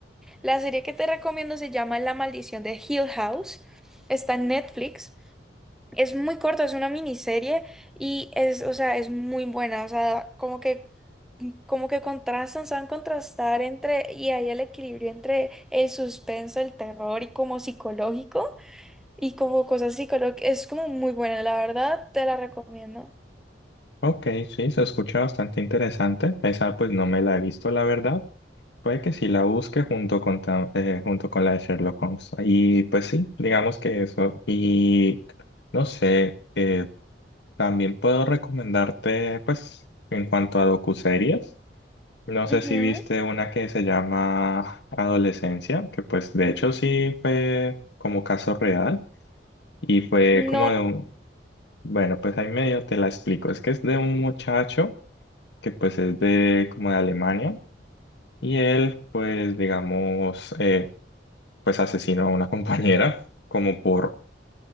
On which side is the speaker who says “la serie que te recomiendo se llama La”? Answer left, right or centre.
Centre